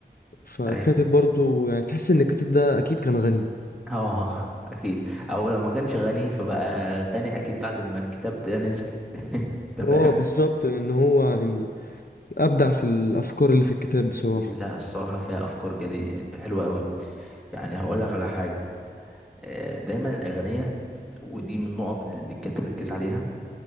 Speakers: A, on the left; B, in the centre.
A: فالكاتب
B: ايوه
A: برضو يعني تحس إن الكاتب ده أكيد كان غني
B: اه اكيد او لو ما كانش غني فبقى غني اكيد بعد ما الكتاب ده نزل <laughs> انت فاهم
A: اه بالظبط لأن هو يعني أبدع في الأفكار اللي في الكتاب بصراحة
B: لا الصراحة فيها افكار جديدة حلوة قوي يعني هقول لك على حاجة آه، دايما الاغنية ودي من النقط اللي الكاتب ركز عليها